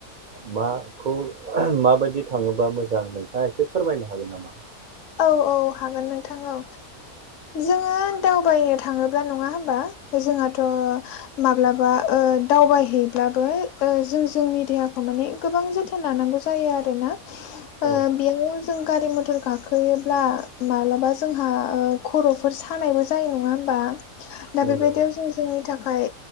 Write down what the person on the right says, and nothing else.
माखौ माबायदि थाङोबा मोजां नोंथाङा एसे फोरमायनो हागोन नामा?
औ
नंगौ